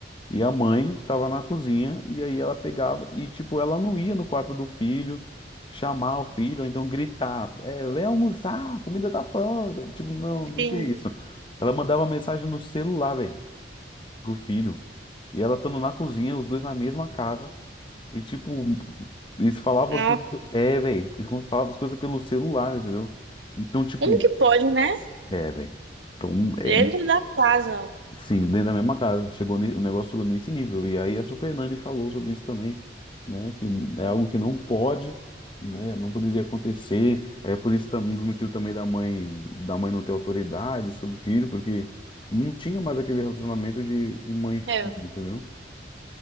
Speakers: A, on the left; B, on the right.
A: E a mãe tava na cozinha e aí ela pegava e tipo ela não ia no quarto do filho chamar o filho, ou então gritar, é, vem almoçar, a comida tá pronta. Tipo, não, não
B: Sim.
A: tinha isso. Ela mandava mensagem no celular, velho, pro filho. E ela estando na cozinha, os dois na mesma casa e tipo eles falavam
B: Não.
A: as coisas, é, velho, eles falavam as coisas pelo celular, entendeu? Então, tipo,
B: Como que pode, né?
A: é, velho. Então, é,
B: Dentro da casa.
A: Sim, dentro da mesma casa. Chegou, ne- o negócio chegou nesse nível. E aí a Super Nani falou sobre isso também, né? Que é algo que não pode, né? Não poderia acontecer. É por isso também um dos motivos também da mãe, da mãe não ter autoridade sobre o filho, porque não tinha mais aquele relacionamento de, de mãe e filho,
B: É,
A: entendeu?